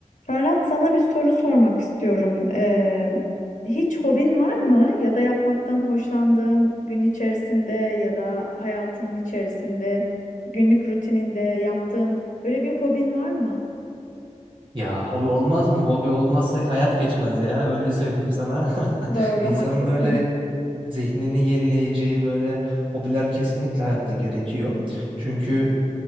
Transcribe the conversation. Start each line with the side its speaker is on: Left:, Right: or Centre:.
Left: Ferhat sana bir soru sormak istiyorum. Ee, hiç hobin var mı? Ya da yapmaktan hoşlandığın gün içerisinde ya da hayatının içerisinde, günlük rutininde yaptığın böyle bir hobin var mı?
Right: Ya hobi olmaz mı? Hobi olmazsa hayat geçmez ya. Öyle söyleyeyim sana. <laughs>
Left: Doğru,
Right: İnsanın
Left: haklısın.
Right: böyle zihnini yenileyeceği böyle hobiler kesinlikle hayatta gerekiyor. Çünkü